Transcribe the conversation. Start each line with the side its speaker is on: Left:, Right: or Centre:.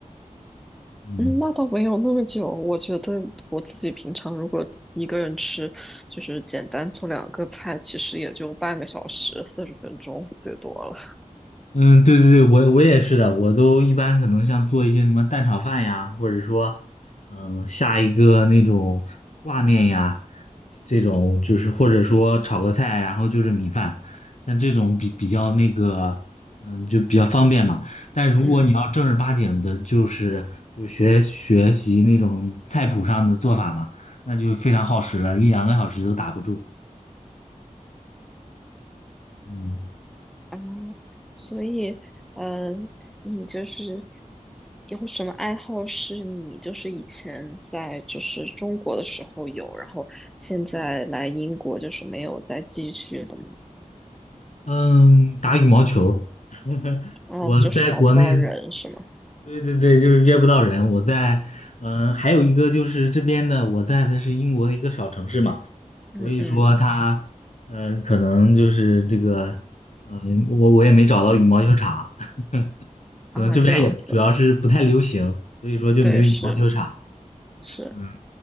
Left: <laughs> 嗯。
Centre: 嗯，那倒没有那么久。我觉得我自己平常如果一个人吃，就是简单做两个菜，其实也就半个小时，四十分钟最多了。
Left: 嗯，对对对，我我也是的，我都一般可能像做一些什么蛋炒饭呀，或者说，嗯，下一个那种挂面呀，这种就是或者说炒个菜，然后就是米饭，像这种比比较那个，嗯，就比较方便嘛。但如果你要正儿八经的，
Centre: 嗯
Left: 就是就学学习那种菜谱上的做法嘛，那就非常耗时了，一两个小时都打不住。嗯
Centre: 啊，所以嗯，你就是有什么爱好是你就是以前在就是中国的时候有，然后现在来英国就是没有再继续的吗？
Left: 嗯，打羽毛球儿。<laughs>
Centre: 哦，
Left: 我在国内，
Centre: 就是找不到人是吗？
Left: 对对对，就是约不到人。我在，嗯、还有一个就是这边的，我在的是英国的一个小城市嘛，
Centre: 嗯嗯
Left: 所以说他，嗯、可能就是这个，嗯、我我也没找到羽毛球场，<laughs> 可能这边也主要是不太流行，
Centre: 啊，这样子，
Left: 所以说就没有羽毛球场。
Centre: 对，是是。
Left: 嗯，